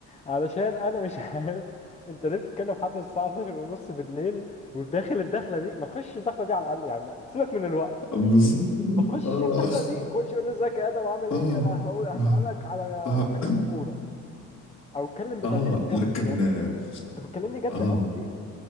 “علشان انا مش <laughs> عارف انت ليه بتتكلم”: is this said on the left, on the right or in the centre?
Left